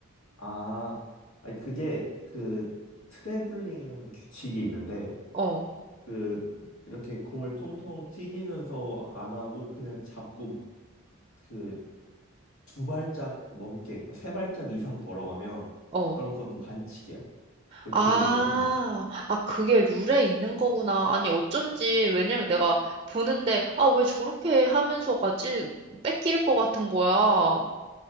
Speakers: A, on the left (about 70°); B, on the right (about 25°).
A: 아, 아니, 그게 그 트래블링이라는 규칙이 있는데
B: 어,
A: 그 이렇게 공을 통통 튀기면서 안 하고 그냥 잡고 막 그 두 발짝 넘게 그러니까 세 발짝 이상 걸어가면
B: 어.
A: 그럼 그것도 반칙이야. 불틀고
B: 아,
A: 하면
B: 아, 그게 룰에 있는 거구나. 아니, 어쩐지. 왜냐면 내가 보는데, 아, 왜 저렇게 하면서 가지? 뺏길 것 같은 거야.